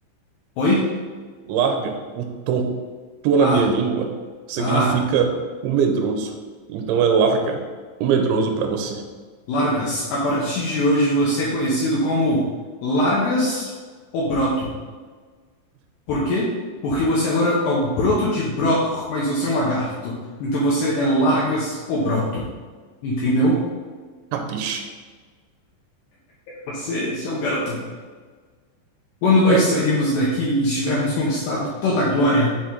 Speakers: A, on the left (about 70°); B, on the right (about 80°).
A: Oi?
B: larga o tô. Tô
A: Ah,
B: na minha língua significa
A: ah.
B: o medroso. Então é larga o medroso pra você.
A: Largas. A partir de hoje você é conhecido como Largas ou Broto. Por quê? Porque você agora é o Broto de Brotor, mas você é um lagarto. Então você é Largas ou Broto. Entendeu?
B: Capiche?
A: Você, você é um garoto bom. Quando nós
B: É,
A: sairmos daqui e estivermos conquistado toda a glória,